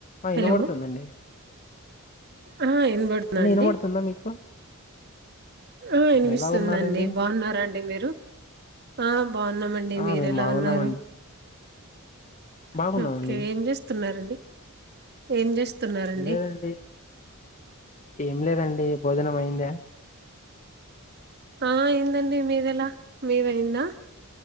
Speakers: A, on the left; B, on the right.
A: ఆ
B: హలో
A: ఇనబడ్తుందండి
B: ఆ వినబడుతుందా
A: అన్ని
B: అండి
A: ఇనబడ్తుందా మీకు
B: ఆ ఇన్పిస్తుందండి
A: ఎలా ఉన్నారండి
B: బావున్నారా అండి మీరు? ఆ బావున్నామండి
A: ఆ
B: మీరెలా
A: మేము బాగున్నామండి
B: ఉన్నారు?
A: బాగున్నామండి
B: కె ఒక్కే ఏం చేస్తున్నారండి ఏం చేస్ స్తున్నారండి?
A: ఏం లేదండి ఏం లేదండీ భోజనం అయిందా
B: ఆ అయిందండి మీదెలా మీదయ్యింద